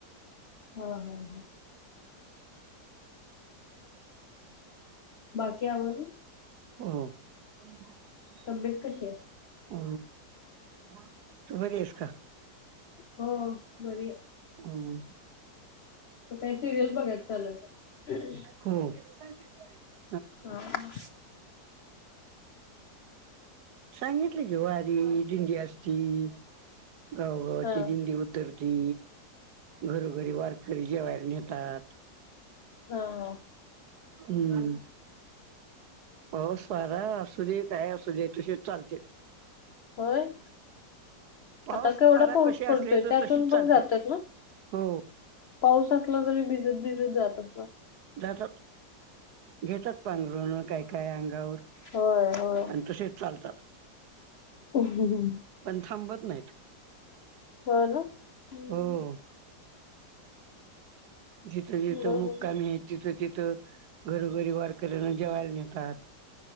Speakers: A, on the left (about 80°); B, on the right (about 70°).
A: हा हा, हा, बाकी आवर,
B: हो. <unintelligible>
A: तब्येत कशीय?
B: ह. मग. तू बरीयस का?
A: हो, बरीय.
B: हम्म.
A: तू काय, सिरियल बघायच चालुय का?
B: हो. <unintelligible>
A: आ हां.
B: सांगितलं की. वारी, दिंडी असती. गावंगावची
A: हा
B: दिंडी होत तर ती. घरोघरी, वारकरी जेवायला नेतात.
A: ह.
B: हम्म. पाऊस- वारा असुदे, काहीही असुदे. तसेच चालतेत.
A: व्हय.
B: पाऊस
A: आता केवढा
B: वारा
A: पाऊस
B: कसे
A: पडतोय?
B: असले तर
A: त्यातून
B: तशीच
A: पण
B: चालते
A: जात्यात न.
B: हो
A: पाऊस असला तरी, भिजत- भिजत जातात ना.
B: जातात. घेतात पांघरून, काय - काय अंगावर
A: होय होय.
B: अन् तसेच चालतात.
A: हम्म. <unintelligible>
B: पण थांबत नाहीत.
A: हो ना हम्म,
B: हो. जिथं - जिथं
A: बरोबर
B: मुक्कामीयत, तिथं - तिथं, घरोघरी वारकऱ्यांना जेवायला नेतात.